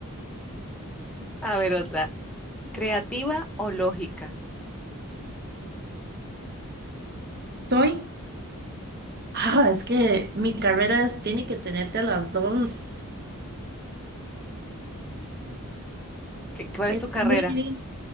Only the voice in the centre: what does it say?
A ver, otra. ¿Creativa o lógica?
¿Qué- cuál
es su carrera?